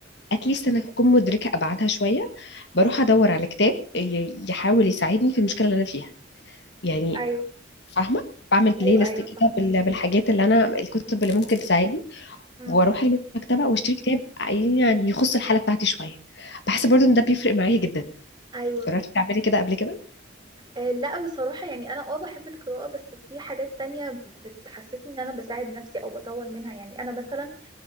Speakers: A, on the left; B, on the right.
A: اتليست انا اكون مدركه ابعادها شويه بروح
B: م.
A: ادور على كتاب ي- يحاول يساعدني في المشكله اللي انا فيها يعني
B: أيوه
A: فاهمه بعمل بلاي
B: أيوه
A: ليست
B: أيوه
A: كده
B: فاهمك
A: بال- بالحاجات اللي انا الكتب اللي ممكن تساعدني
B: م.
A: واروح المكتبه واشتري كتاب يعني يخص الحاله بتاعتي شويه بحس برضو ان ده بيفرق معايا جدا
B: أيوه
A: جربتي تعملي كده قبل كده
B: آه لا بصراحة يعني أنا اه بحب القراءة بس في حاجات تانية بتحسسني إن أنا بساعد نفسي أو بطور منها يعني أنا مثلا